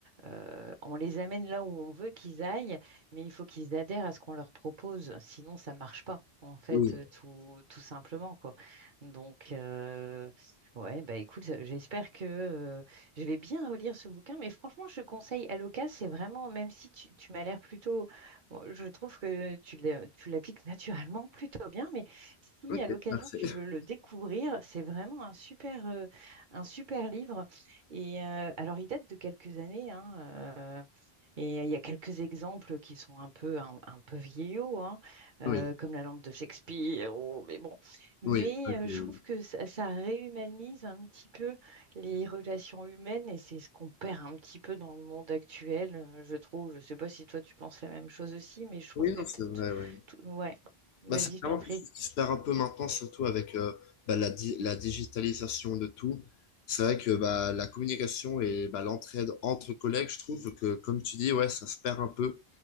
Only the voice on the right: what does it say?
euh, on les amène là où on veut qu'ils aillent, mais il faut qu'ils adhèrent à ce qu'on leur propose, sinon ça marche pas, en fait,
euh, tout, tout simplement, quoi. Donc, euh, ouais, bah écoute, ça- j'espère que... euh, je vais bien relire ce bouquin, mais franchement, je conseille Aloca, c'est vraiment, même si tu, tu m'as l'air plutôt Bon, je trouve que tu l'as- tu l'appliques naturellement <laughs> plutôt bien, mais si
à l'occasion
tu
veux le découvrir, c'est vraiment un super, euh, un super livre. Et euh, alors, il date de quelques années, hein, euh, et il y a quelques exemples qui sont un peu, un, un peu vieillots, hein, euh,
comme la lampe de Shakespeare, ou- mais bon. Mais
euh,
je trouve que ça, ça réhumanise un petit peu les relations humaines, et c'est ce qu'on perd un petit peu dans le monde actuel, euh, je trouve. Je sais pas si toi tu penses la même chose aussi, mais je trouve
que
t'es
t-
tout- ouais, vas-y,
je
t'en prie.